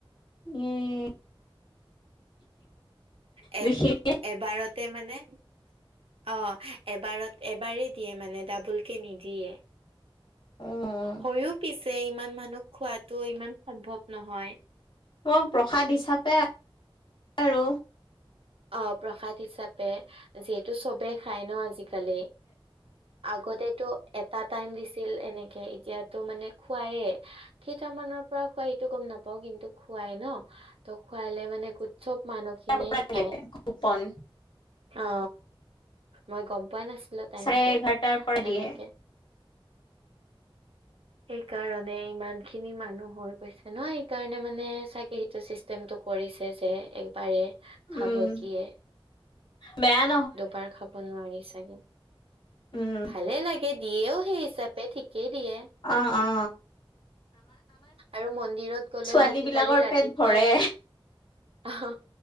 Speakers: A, on the left; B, on the right.
A: উম,
B: এ
A: বিশেষকে,
B: এবাৰতে মানে। অ এবাৰত এবাৰেই দিয়ে মানে ডাবোল কে নিদিয়ে।
A: উম।
B: হৈয়ো পিছ তে ইমান মানুহ খোৱাতো ইমান সম্ভৱ নহয়।
A: অ প্ৰসাদ হিচাপে, আৰু
B: অ প্ৰসাদ হিচাপে যিহেতু চবে খাই ন আজিকালি, আগতেতো, এটা টাইম দিছিল এনেকে এতিয়াতো মানে খুৱায়ে। কেইটামানৰ পৰা খোৱাই এইটো গম নাপাও কিন্তু খোৱাই ন। ত খুৱালে মানে উৎসৱ মানুহখিনিয়ে
A: পৰা
B: খায়।
A: দিয়ে কুপন
B: অ মই গম পোৱা নাছিলো টাইমতটো
A: চাৰে এঘাৰটাৰ পৰা দিয়ে
B: এনেকে। সেইকাৰণে ইমান খিনি মানুহ, হৈ গৈছে ন সেইকাৰণে মানে চাগে সেইটো চিষ্টেমটো কৰিছে যে একবাৰে। খাব
A: উম
B: দিয়ে
A: বেয়াত,
B: দুবাৰ খাব নোৱাৰি চাগে।
A: উম,
B: ভালে লাগে, দিয়েও সেই হিচাপে, ঠিকেই দিয়ে।
A: অ-অ।
B: আৰু মন্দিৰত গলেও,
A: ছোৱালী
B: আজিকালি
A: বিলাকৰ
B: ৰাতিপুৱাই
A: পেট ভৰে
B: অ